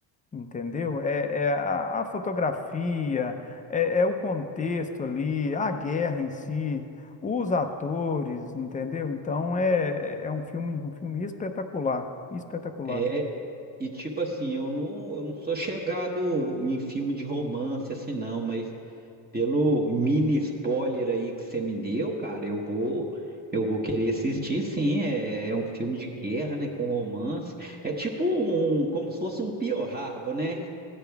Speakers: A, on the left (about 15°); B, on the right (about 20°).
A: Entendeu? É, é a, a fotografia, é, é o contexto ali, a guerra em si, os atores, entendeu? Então é, é um filme, um filme espetacular, espetacular.
B: É, e tipo assim, eu não, eu não sou chegado em filme de romance assim não, mas Pelo mini spoiler aí que você me deu, cara, eu vou eu vou querer assistir, sim. É, é um filme de guerra, né, com romance. É tipo um, como se fosse um Pearl Harbor, né?